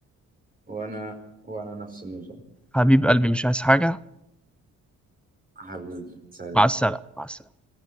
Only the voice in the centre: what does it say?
حبيب قلبي مش عايز حاجة
مع السلامة مع السلامة